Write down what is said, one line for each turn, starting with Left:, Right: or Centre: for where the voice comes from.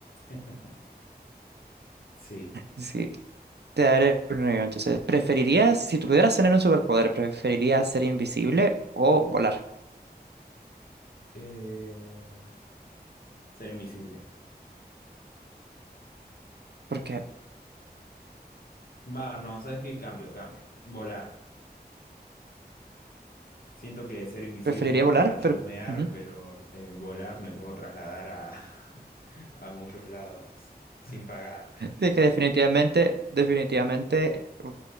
Left: <laughs> Sí.
Right: Sí, te daré un negro. Entonces, ¿preferirías, si tú pudieras tener un superpoder, preferirías ser invisible o volar?
Left: Eh, ser invisible.
Right: Porque
Left: Va, no, ¿sabes qué? Cambio, cambio. Volar. Siento que ser invisible
Right: preferiría
Left: es más
Right: volar,
Left: para chusmear,
Right: pero ujú.
Left: pero eh, volar me puedo trasladar a, <laughs> a muchos lados sin pagar.
Right: De que definitivamente, definitivamente